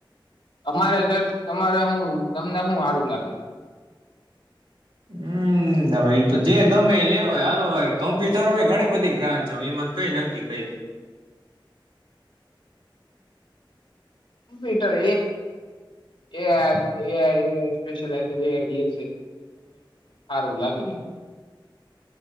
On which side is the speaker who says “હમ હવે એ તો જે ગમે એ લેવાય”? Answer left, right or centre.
Right